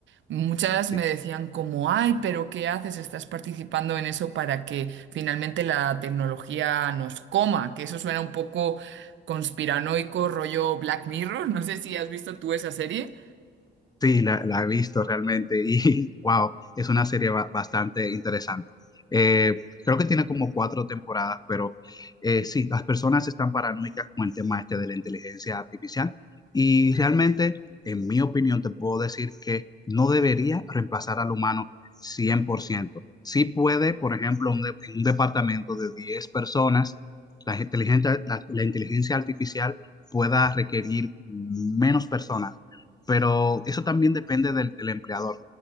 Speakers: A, on the right; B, on the left.
A: Muchas
B: Sí,
A: me decían como, ay, pero ¿qué haces? Estás participando en eso para que finalmente la tecnología nos coma, que eso suena un poco conspiranoico, rollo Black Mirror. No sé si has visto tú esa serie.
B: Sí, la, la he visto realmente y <laughs> wow, es una serie ba- bastante interesante. Eh, creo que tiene como cuatro temporadas, pero eh, sí, las personas están paranoicas con el tema este de la inteligencia artificial y realmente, en mi opinión, te puedo decir que no debería reemplazar al humano 100%. Sí puede, por ejemplo, un de- en un departamento de 10 personas, la inteligencia, la la inteligencia artificial pueda requerir menos personas pero eso también depende del, del empleador.